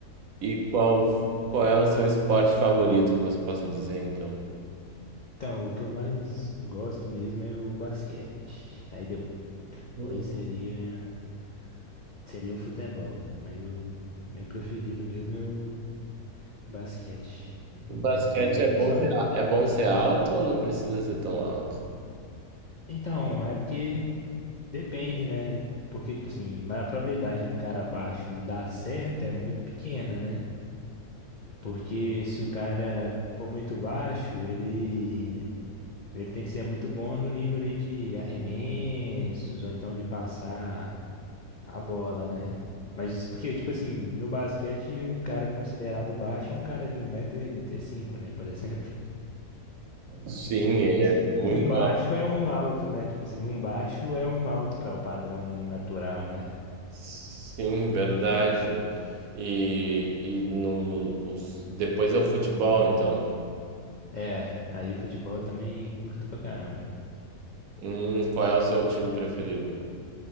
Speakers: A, on the right; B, on the left.
A: e qual, qual é o seu esporte favorito que você possa dizer, então?
B: Então, o que eu mais gosto mesmo é o basquete. Aí depois
A: Hum,
B: seria seria o futebol, mas o meu preferido mesmo é o basquete. Eu
A: o basquete
B: gosto pra caramba.
A: é bom
B: Só
A: ser, a- é bom ser alto ou não precisa ser tão alto?
B: então, é porque Depende, né? Porque, tipo assim, mas a probabilidade de um cara baixo dar certo é muito pequena, né? Porque se o cara for muito baixo, ele, ele tem que ser muito bom no nível ali de arremessos ou então de passar a bola, né? Mas porque, tipo assim, no basquete, um cara considerado baixo é um cara de um metro e oitenta e cinco, né? Por exemplo.
A: Sim,
B: Então,
A: é
B: tipo assim,
A: muito
B: um baixo
A: alto.
B: é um alto, né? Tipo assim, um baixo é um alto para o padrão natural, né?
A: Sim, verdade. E, e no, os, depois é o futebol, então.
B: É, aí o futebol eu também curto pra caramba.
A: Hum, qual é o seu time preferido?